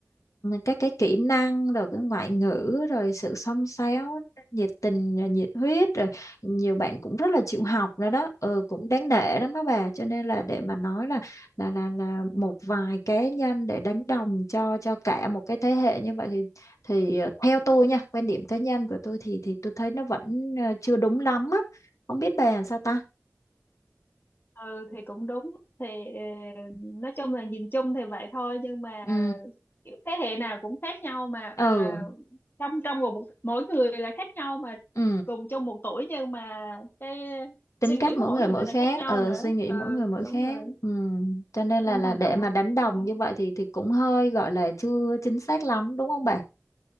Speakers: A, on the left; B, on the left.
A: các cái kỹ năng rồi cái ngoại ngữ rồi sự xông xáo nhiệt tình nhiệt huyết rồi nhiều bạn cũng rất là chịu
B: ừ.
A: học nữa đó ừ, cũng đáng nể lắm đó bà cho nên là để mà nói là là là là một vài cá nhân để đánh đồng cho cho cả một cái thế hệ như vậy thì thì ờ, theo tôi nha quan điểm cá nhân của tôi thì thì tôi thấy nó vẫn ờ, chưa đúng lắm á không biết bà làm sao ta
B: ừ thì cũng đúng thì ờ, nói chung là nhìn chung thì vậy thôi nhưng mà
A: ừ
B: kiểu thế hệ nào cũng khác nhau mà
A: ừ
B: ờ, trong trong một mỗi người là khác nhau mà
A: ừ
B: cùng chung một tuổi nhưng mà cái
A: tính
B: suy
A: cách
B: nghĩ
A: mỗi
B: của mỗi
A: người
B: người
A: mỗi
B: nên
A: khác
B: là khác nhau
A: ờ,
B: nữa
A: suy nghĩ
B: ừ
A: mỗi người mỗi
B: đúng
A: khác
B: rồi
A: ừ. cho nên là
B: nên
A: là
B: hành
A: để
B: động
A: mà
B: cũng
A: đánh
B: khác nhau
A: đồng như vậy thì thì cũng hơi gọi là chưa chính xác lắm đúng không bà